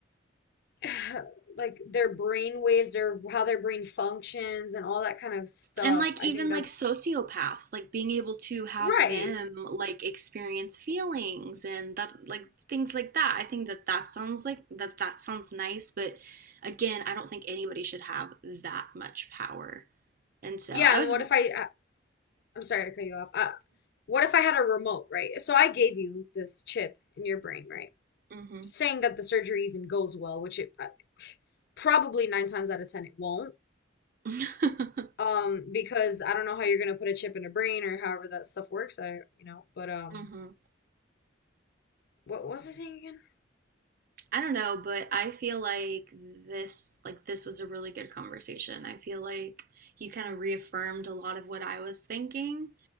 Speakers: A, on the left; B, on the right.
A: <sighs> like their brain waves, their how their brain functions and all that kind of stuff,
B: And like
A: I
B: even
A: think that's
B: like sociopaths, like being able to have
A: right.
B: them like experience feelings and that like things like that. I think that that sounds like that that sounds nice, but again, I don't think anybody should have that much power. And so
A: Yeah,
B: I was
A: and what if I, I I'm sorry to cut you off. Uh, what if I had a remote, right? So I gave you this chip in your brain, right?
B: mm-hmm.
A: saying that the surgery even goes well, which it uh, probably nine times out of ten it won't.
B: <laughs>
A: Um, because I don't know how you're gonna put a chip in a brain or however that stuff works. I, you know, but um,
B: hmm
A: what was I saying
B: I don't know, but I feel like this like this was a really good conversation. I feel like you kind of reaffirmed a lot of what I was thinking.